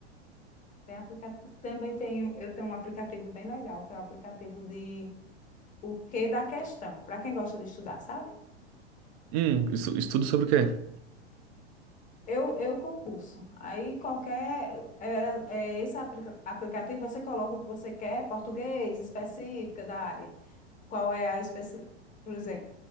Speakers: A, on the left (about 25°); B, on the right (about 35°).
A: Tem aplica... Também tenho, eu tenho um aplicativo bem legal, que é o aplicativo de O Que da Questão, para quem gosta de estudar, sabe?
B: Hum, isso- estudo sobre o quê?
A: Eu, eu concurso. Aí qualquer. era- É, é esse aplica- aplicativo você coloca o que você quer, português, específica da área. Qual é a especi... Por exemplo,